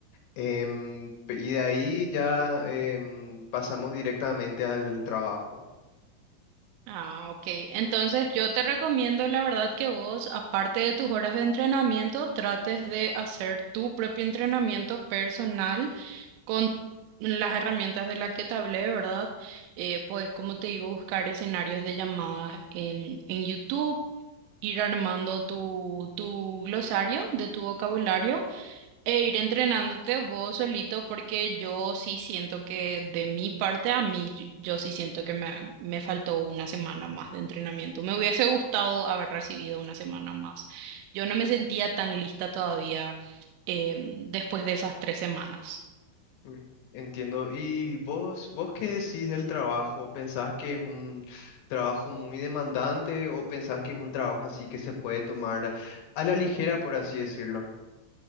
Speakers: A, on the left; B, on the right.
A: Em, pe- y de ahí ya em, pasamos directamente al trabajo.
B: Ah, ok. Entonces yo te recomiendo, la verdad, que vos, aparte de tus horas de entrenamiento, trates de hacer tu propio entrenamiento personal Con las herramientas de las que te hablé, ¿verdad? Eh, puedes, como te digo, buscar escenarios de llamadas en, en YouTube, ir armando tu, tu glosario de tu vocabulario e ir entrenándote vos solito, porque yo sí siento que de mi parte, a mí, yo yo sí siento que me, me faltó una semana más de entrenamiento. Me hubiese gustado haber recibido una semana más. Yo no me sentía tan lista todavía, em, después de esas tres semanas.
A: Mm. Entiendo. ¿Y vos, vos qué decís del trabajo? ¿Pensás que es un trabajo muy demandante o pensás que es un trabajo así que se puede tomar a la ligera, por así decirlo?